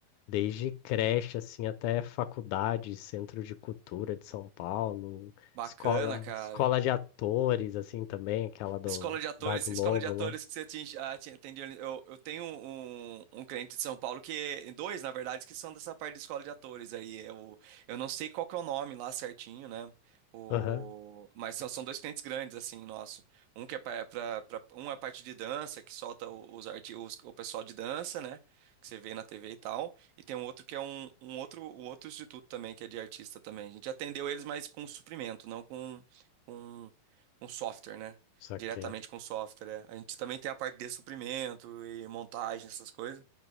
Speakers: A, on the left; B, on the right.
A: desde creche, assim, até faculdade, centro de cultura de São Paulo,
B: Bacana,
A: escola,
B: cara.
A: escola de atores, assim, também, aquela do,
B: Escola de atores,
A: da Globo
B: escola de atores
A: lá.
B: que você atinge- atin- atendeu. Eu, eu tenho um, um cliente de São Paulo que, dois, na verdade, que são dessa parte de escola de atores aí. Eu, eu não sei qual que é o nome lá certinho, né? O,
A: Aham,
B: mas são, são dois clientes grandes, assim, nosso. Um que é pra, pra- pra- um é a parte de dança, que solta os, arti- os o pessoal de dança, né? Que você vê na TV e tal. E tem um outro que é um, um outro, um outro instituto também, que é de artista também. A gente atendeu eles, mas com suprimento, não com, com, com software, né?
A: saquei.
B: diretamente com o software. é. A gente também tem a parte de suprimento e montagem, essas coisas.